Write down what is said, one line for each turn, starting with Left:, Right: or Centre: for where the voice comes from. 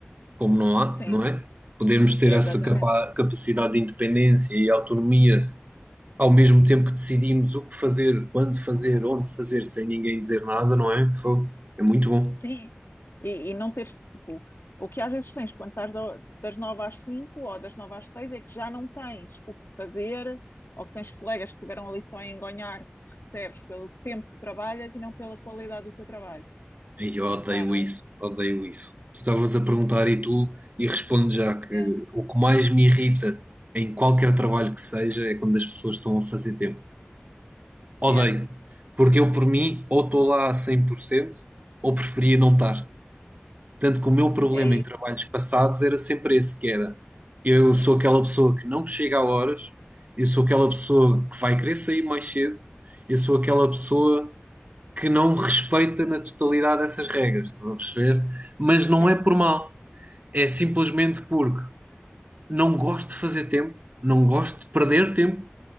Right: como não há,
Left: Sim,
Right: não é? Podemos ter
Left: exatamente.
Right: essa capa- capacidade de independência e autonomia ao mesmo tempo que decidimos o que fazer, quando fazer, onde fazer, sem ninguém dizer nada, não é? Foi, é muito bom.
Left: Sim, e, e não teres, tipo, o que às vezes tens quando estás da- das 9 às 5 ou das 9 às 6 é que já não tens o que fazer, ou que tens colegas que estiveram ali só a engonhar, que recebes pelo tempo que trabalhas e não pela qualidade do teu trabalho.
Right: Ei, Eu odeio
Left: E então,
Right: isso, odeio isso. Tu estavas a perguntar e tu, e respondo já que
Left: yeah,
Right: o que mais me irrita em qualquer trabalho que seja é quando as pessoas estão a fazer tempo. Odeio,
Left: yeah,
Right: porque eu por mim ou estou lá a 100% ou preferia não estar. Tanto que o meu problema
Left: é isso.
Right: em trabalhos passados era sempre esse, que era eu sou aquela pessoa que não chega a horas, eu sou aquela pessoa que vai querer sair mais cedo, eu sou aquela pessoa que não respeita na totalidade essas regras, estás a perceber? Mas não
Left: Sim,
Right: é por mal, é simplesmente porque não gosto de fazer tempo, não gosto de perder tempo